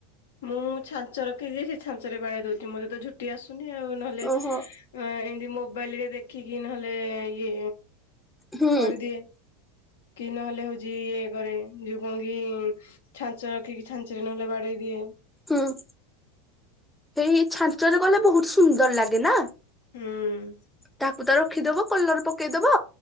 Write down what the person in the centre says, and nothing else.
ଓହୋ
ହୁଁ
ହୁଁ। ସେଇ ଛାଞ୍ଚରେ କଲେ ବହୁତ ସୁନ୍ଦର ଲାଗେ ନା?
ତାକୁ ତ ରଖିଦବ କଲର ପକେଇଦବ